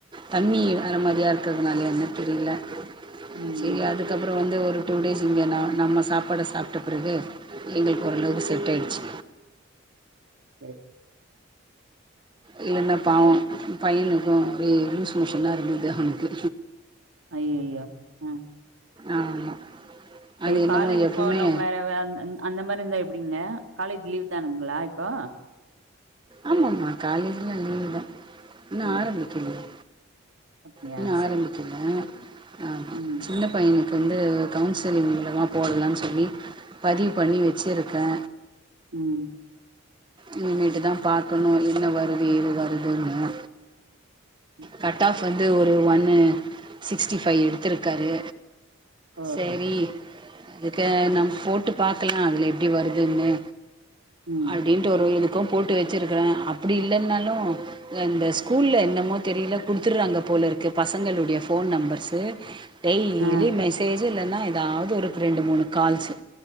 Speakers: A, on the right; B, on the right.
A: தண்ணி வேற மாரியா இருக் கறதுனாலயா என்ன தெரியல
B: ம்
A: சேரி அதுக்கப்பறம் வந்து ஒரு ஒரு டூ டேஸ் இங்கே ந நம்ம சாப்பாட சாப்ட்ட பிறகு எங்களுக்கு ஓரளவு செட் ஆயிடுச்சு
B: சேரி
A: இல்லன்னா பாவோ பையனுக்கும் ஒரே லூஸ் மோஷன் ஆ இருந்தது அவனுக்கு
B: ஐய்ஐயோ ம்
A: ஆமா
B: ஐயோ
A: அது என்னமோ
B: காலேஜ்
A: எப்பவுமே
B: போனோம் வேற வேற ந் ந் அந்த மாரி இருந்தா எப்படிங்க காலேஜ் லீவ் தானுங்களா இப் அப்போ
A: ஆமாமா காலேஜ்லா லீவ் தா இன்னு
B: ம்
A: ஆரம்பிக்லயே
B: அப்டியா
A: இன்னும்
B: சரி
A: ஆரம்பிக்கல ஆமா
B: ம்
A: சின்ன பையன் க்கு வந்து கவுன்சிலிங் மூலமா போடலாம்னு சொல்லி பதிவு பண்ணி வச்சிருக்கே
B: உம்
A: இனிமேட்டு தா பாக்கணு என்ன வருது ஏது வருதுன்னு
B: ம்.
A: கட் ஆஃப் வந்து ஒரு ஒன்னு சிக்ஸ்டி ஃபைவ் எடுத்துருக்காரு
B: ஓஹோ
A: சேரி அதுக்கு நம்ம போட்டு பாக்கலா அதுல எப்டி வருதுன்னு
B: ம்
A: அப்டின்ட்டு ஒரு இது க்கு போட்டு வச்சிருக்கறே அப்டி இல்லன்னாலு அ இந்த ஸ்கூல என்னமோ தெரில குடுத்துட்றாங்க போல இருக்கு பசங்களுடைய ஃபோன் நம்பர்ஸ்சு டெய்லி
B: ஆ
A: மெசேஜ் இல்ல னா ஏதாவது ஒரு ரெண்டு மூணு கால்ஸ்சு